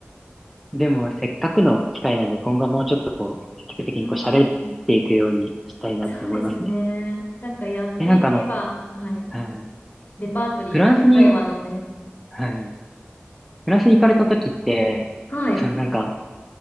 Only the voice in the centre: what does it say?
でもせっかくの機会なんで今後はもうちょっとこう、積極的にこう喋っていくようにしたいなって思いますね。
え、なんかあの、
はい。
フランスに、はい。フランスに行かれた時って、
そのなんか、